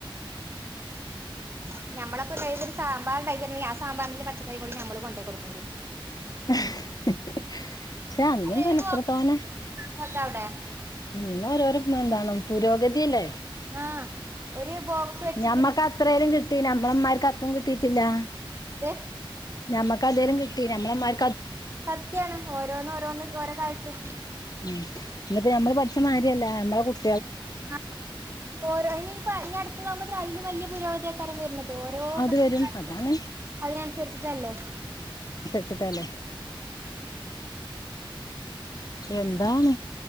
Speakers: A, on the right (about 25°); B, on the left (about 45°).
A: <unintelligible>
B: ഹ് ഹ് ഹ് പക്ഷെ അന്നും
A: അല്ലെ
B: തന്നെ
A: ഒരു
B: എത്രതോനെ
A: ബോക്സ് അവിടെ
B: ഇന്ന രോരോ എന്താണ്, പുരോഗതി അല്ലേ.
A: ആ ഒരു ബോക്സ് വെച്ചിട്ട്
B: ഞഞമ്മക്ക് അത്രേലും കിട്ടീലെ ഞമ്മളമ്മാർക്ക് അത്തും കിട്ടീറ്റില്ലാ
A: <unintelligible>
B: ഞമ്മക്ക് അതേലം കിട്ടി നമ്മളെമ്മാർ
A: സത്യാണ് ഓരോന്ന് ഓരോന്ന് ഓരോ കാൽത്ത്
B: മ് ഇന്നപ്പ ഞമ്മള് പഠിച്ച മാാര്യല്ല നമ്മളെകുട്
A: ആ ഓരോ ഇനി അ അടുത്ത് പോുമ്പ അും വലിയ പുരോഗതി <unintelligible>
B: അത് വരും അതാണ് ചട്ട്ല്ലേ എന്താണ്